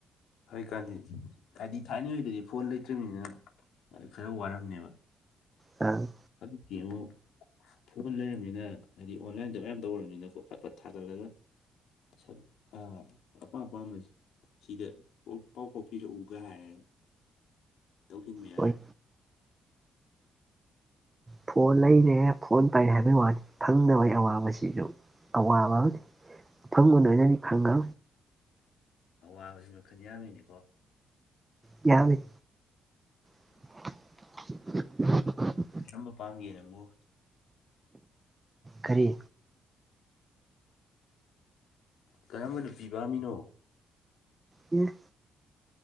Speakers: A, on the left; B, on the right.
A: ꯍꯧꯖꯤꯣꯏꯀꯥꯟꯗꯤ ꯍꯥꯏꯗꯤ ꯊꯥꯏꯅꯉꯩꯗꯗꯤ ꯐꯣꯟ ꯂꯩꯇ꯭ꯔꯅꯤꯅ ꯈꯔ ꯋꯥꯔꯝꯅꯦꯕ
B: ꯑꯝ
A: ꯍꯧꯖꯤꯛ ꯀꯉꯨ ꯐꯣꯟ ꯂꯩꯔꯕꯅꯤꯅ ꯍꯥꯏꯗꯤ ꯑꯣꯟꯂꯥꯏꯟꯗ ꯃꯌꯥꯝ ꯇꯧꯔꯕꯅꯤꯅꯀꯣ ꯐꯠ ꯐꯠ ꯊꯥꯒꯠꯂꯒ ꯁꯛ ꯑ ꯑꯄꯥꯝ ꯑꯄꯥꯝꯕꯁꯤ ꯁꯤꯗ ꯄ ꯄꯥꯎ ꯐꯥꯎ ꯄꯤꯔꯛꯎꯒ ꯍꯥꯏꯔꯒ ꯇꯧꯁꯤꯟꯕ ꯌꯥꯔꯅꯤ
B: ꯑꯣꯏ ꯐꯣꯟ ꯂꯩꯔꯦ ꯐꯣꯟ ꯄꯥꯏꯔꯦ ꯍꯥꯏꯕꯒꯤ ꯐꯪꯗꯕꯒꯤ ꯑꯋꯥꯕꯁꯤꯁꯨ ꯑꯋꯥꯕ ꯑꯝꯅꯤ ꯃꯐꯪꯒ ꯍꯥꯏꯅꯅꯤ ꯈꯪꯉ
A: ꯑꯋꯥꯕꯁꯤꯅ ꯈꯟ ꯌꯥꯝꯃꯤꯅꯤꯀꯣ
B: ꯌꯥ ꯂꯩ <unintelligible>
A: ꯀꯔꯝꯕ ꯄꯥꯡꯒꯦꯔꯪꯕꯨꯣ
B: ꯀꯔꯤ
A: ꯀꯔꯝꯕ ꯅꯨꯄꯤ ꯄꯥꯝꯃꯤꯅꯣ
B: ꯌꯦ